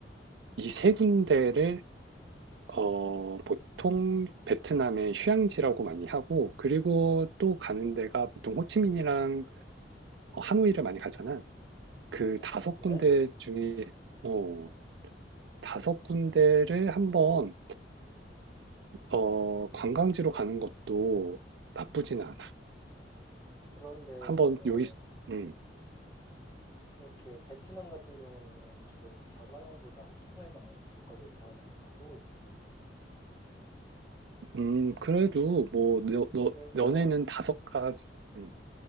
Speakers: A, on the right; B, on the left.
A: 이 세 군데를 어, 보통 베트남의 휴양지라고 많이 하고 그리고 또 가는 데가 보통 호치민이랑 어, 하노이를 많이 가잖아. 그
B: 어,
A: 다섯
B: 그래?
A: 군데 중에 어, 다섯 군데를 한번 어, 관광지로 가는 것도 나쁘진 않아.
B: 아, 그런데
A: 한번
B: 있잖아.
A: 여기 음,
B: 이렇게 베트남 같은 경우는 주로 이제 자가용보다 오토바이가 많이 길거리에 돌아다니더라고.
A: 음, 그래도
B: 어,
A: 뭐, 너, 너,
B: 그래서,
A: 너네는
B: 그,
A: 다섯 가지, 음,